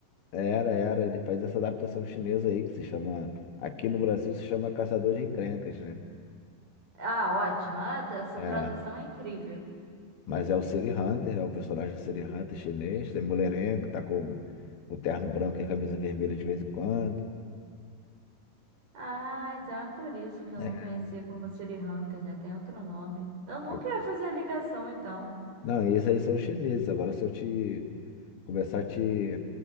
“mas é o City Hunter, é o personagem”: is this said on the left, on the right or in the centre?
Left